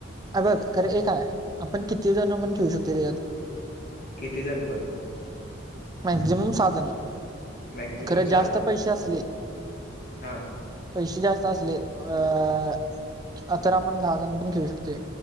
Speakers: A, on the right; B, on the left.
A: अ बघ खरं एकय आपण किती जण म्हण खेऊ शकतोय तिच्यात.
B: किती जण पण?
A: मॅक्झिमम सहा जण.
B: मॅक्झिमम
A: खर
B: सहा
A: जास्त पैसे असले,
B: हा
A: पैसे जास्त असले अ तर आपण दहा जण पण खेऊ शकतोय.